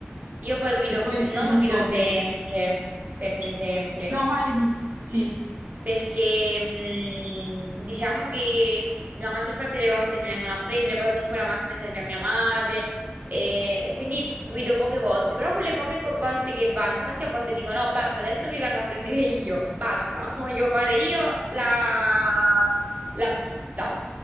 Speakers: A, on the right; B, on the right.
A: Io poi guido,
B: Che poi
A: non
B: non
A: guido
B: so se...
A: sempre, sempre, sempre,
B: No, vai di... Sì,
A: perché mh, diciamo che la maggior parte delle volte mi vengono a prendere, poi comunque la macchina serve a mia madre, e quindi guido poche volte, però quelle poche co- volte che vado, infatti a volte dico no, basta, adesso vi vengo a prendere io, basta, <laughs> voglio fare io la- l'autista.